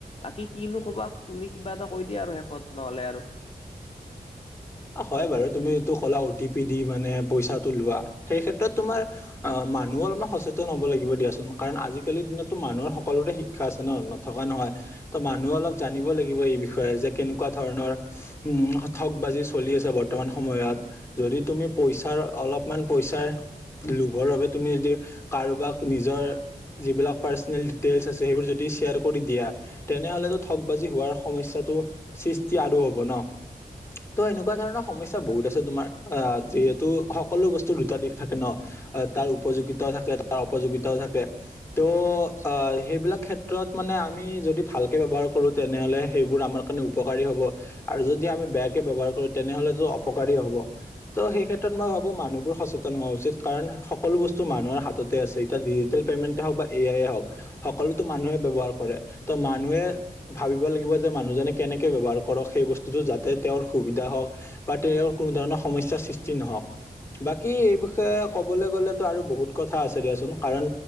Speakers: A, on the left; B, on the left.
A: বাকী কিনো কবা, তুমি? কিবা এটা কৈ দিয়া আৰু শেষত, নহ'লে আৰু।
B: হয় বাৰু। তুমি এইটো ক'লা অ টি পি দি মানে পইচাটো লোৱা। সেই ক্ষেত্ৰত তোমাৰ আ মানুহো অলপমান সচেতন হব লাগিব দিয়াচোন। কাৰণ, আজিকালিৰ দিনতটো মানুহৰ সকলোতে শিক্ষা আছে ন, নথকা নহয়। ত' মানুহে অলপ জানিব লাগিব এই বিষয়ে যে কেনেকুৱা ধৰণৰ উম, ঠগ বাজি চলি আছে বৰ্তমান সময়ত, যদি তুমি পইচাৰ অলপমান পইচাৰ লোভৰ বাবে তুমি যদি কাৰোবাক নিজৰ, যিবিলাক পাৰ্চনেল ডিটেইলছ আছে, সেইবোৰ যদি শ্বেয়াৰ কৰি দিয়া, তেনেহ'লেটো ঠগ বাজি হোৱাৰ সমস্যাটো সৃষ্টি আৰু হ'ব ন? ত', এনেকুৱা ধৰণৰ সমস্যা বহুত আছে তোমাৰ। আ যিহেতু সকলো বস্তুৰ দুটা দিশ থাকে ন, তাৰ উপযোগিতাও থাকে, তাৰ অপযোগিতাও থাকে। ত', আ, সেইবিলাক ক্ষেত্ৰত মানে আমি যদি ভালকে ব্যৱহাৰ কৰোঁ, তেনেহ'লে সেইবোৰ আমাৰ কাৰণে উপকাৰী হ'ব, আৰু যদি আমি বেয়া কৈ ব্যৱহাৰ কৰোঁ, তেনেহলেতো অপকাৰী হ'ব। ত' সেই ক্ষেত্ৰত মই ভাবো মানুহবোৰ সচেতন হোৱা উচিত, কাৰণ সকলো বস্তু মানুহৰ হাততে আছে। এতিয়া ডিজিটেল পেমেন্টে হওক বা এ আইয়ে হওক, সকলোতো মানুহে ব্ৱহাৰ কৰে। ত' মানুহে ভাবিব লাগিব যে, মানুহজনে কেনেকে ব্যৱহাৰ কৰক সেই বস্তুটো যাতে তেওঁৰ সুবিধা হওক বা তেওঁৰ কোনো ধৰণৰ সমস্যাৰ সৃষ্টি নহওক। বাকী এই বিষয়ে ক'বলৈ গ'লেতো আৰু বহুত কথা আছে দিয়াচোন। কাৰণ,